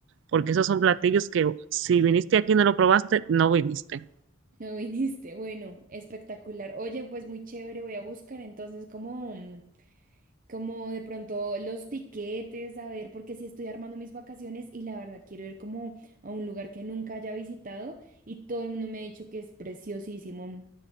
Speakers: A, on the right; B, on the right.
A: porque esos son platillos que si viniste aquí y no lo probaste, no viniste.
B: No viniste. Bueno, espectacular. Oye, pues muy chévere. Voy a buscar entonces como, mm, como de pronto los tiquetes, a ver, porque sí estoy armando mis vacaciones y la verdad quiero ir como a un lugar que nunca haya visitado y todo el mundo me ha dicho que es preciosísimo.